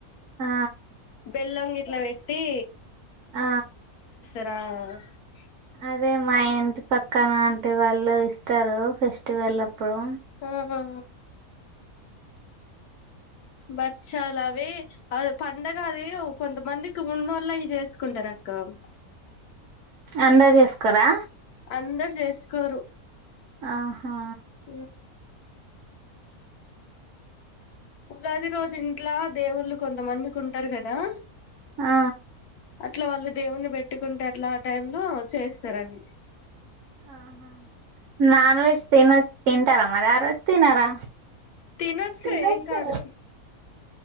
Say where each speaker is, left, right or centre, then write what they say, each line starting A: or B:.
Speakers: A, on the right (about 60°); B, on the left (about 85°).
A: ఆ
B: బెల్లం గిట్లా వెట్టి
A: ఆ
B: ఆ
A: అదే మా ఇంటి పక్కన అంటి వాళ్ళు ఇస్తారు ఫెస్టివల్ అప్పుడు
B: మ్ హు బచ్చాలవి అ పండగ అది కొంతమందికి ఉన్నోళ్ళయ్ జేసుకుంటారు అ కామ్
A: అందర్ జేసుకోరా
B: అందర్ జేసుకోరు
A: ఆహా
B: మ్మ్ గది రోజు ఇంట్లా దేవుళ్ళు కొంతమంది కుంటారు గదా
A: ఆ
B: ఇంట్లో వాళ్ళు దేవుని పెట్టుకుంటే అట్లా ఆ టైం లో చేస్తారు అవి
A: ఆహా నాన్ వెజ్ తిన తింటారా మరి ఆ రోజు తినరా
B: తినొచ్చే
A: తినొచ్చు
B: ఏం కాదు